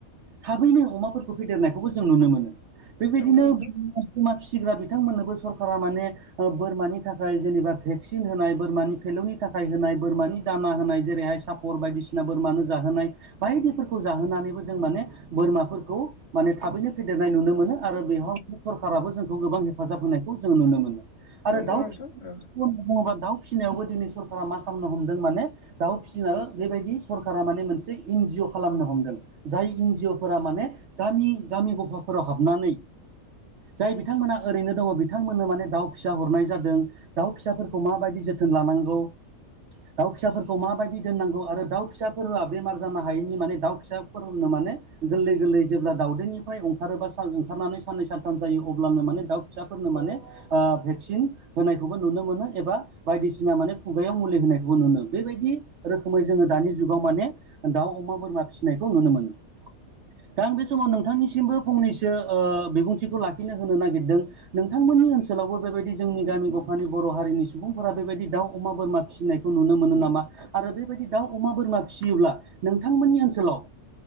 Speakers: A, on the right; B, on the left.
A: थाबैनो अमाफोरखौ फेदेरनायखौबो जों नुनो मोनो बेबायदिनो
B: नंगौ नोंथां
A: बिमा फिसिग्रा बिथांमोननोबो सरकारा माने बोरमानि थाखाय जेनेबा भेक्सिन होनाय बोरमानि फेलौनि थाखाय होनाय बोरमानि दाना होनाय जेरैहाय सा फर बायदिसिना बोरमानो जाहोनाय बायदिफोरखौ जाहोनानैबो जों माने बोरमाफोरखौ माने थाबैनो फेदेरनाय नुनो मोनो आरो बेयाव सरखाराराबो जोंखौ गोबां हेफाजाब होनायखौ जों नुनो मोनो आरो
B: नंगौ
A: दाउ
B: नोंथां
A: फिसि
B: औ
A: होनना बुङोबा दाउ फिसिनायावबो दिनै सरकारा मा खालामनो हमदों माने दाउ फिसिनो बेबायदि सरकारा माने मोनसे एनजिअ खालामनो हमदों जाय इनजिअफोरा माने गामि गामि गफाफोराव हाबनानै जाय बिथांमोनहा ओरैनो दङ बिथांमोननो माने दाउ फिसा हरनाय जादों दाउ फिसाफोरखौ माबायदि जोथोन लानांगौ दाउ फिसाफोरखौ माबायदि दोननांगौ आरो दाउ फिसाफोरआ बेमार जानो हायैनि माने दाउ फिसा <unintelligible> नो माने गोल्लै गोल्लै जेब्ला दावउदैनिफ्राय अंखारोबा ओंखारनानै साननै सानथाम जायो अब्लानो माने दाउ फिसाफोरनो माने आ भेक्सिन होनायखौबो नुनो मोनो एबा बायदिसिना माने खुगायाव मुलि होनायखौबो नुनो बेबायदि रोखोमै जोङो दानि जुगाव माने दाउ अमा बोरमा फिसिनायखौ नुनो मोनो दा आं बे समाव नोंथांनिसिमबो फंनैसो ओ बिबुंथिखौ लाखिनो होनो नागिरदों नोंथांमोननि ओनसोलावबो बेबायदि जोंनि गामि गफानि बर' हारिनि सुबुंफोरा बेबायदि दाउ अमा बोरमा फिसिनाय नुनो मोनो नामा आरो बेबायदि दाउ अमा बोरमा फिसियोब्ला नोंथांमोननि ओनसोलाव